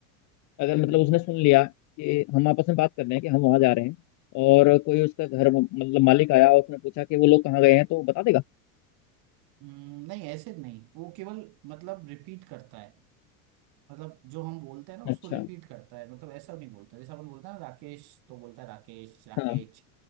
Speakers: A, on the left; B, on the right.
A: अगर
B: हम्म,
A: मतलब उसने सुन लिया कि हम आपस में बात कर रहे हैं कि हम वहां जा रहे हैं और कोई उसका घर मतलब मालिक आया और उसने पूछा कि वो लोग कहाँ गए हैं तो बता देगा
B: हम्म, नहीं ऐसे नहीं वो केवल मतलब रिपीट करता है मतलब जो हम बोलते हैं ना उसको
A: अच्छा
B: रिपीट करता है मतलब ऐसा नहीं बोलता जैसे अपन बोलते हैं ना राकेश तो बोलता है राकेश राकेश
A: हाँ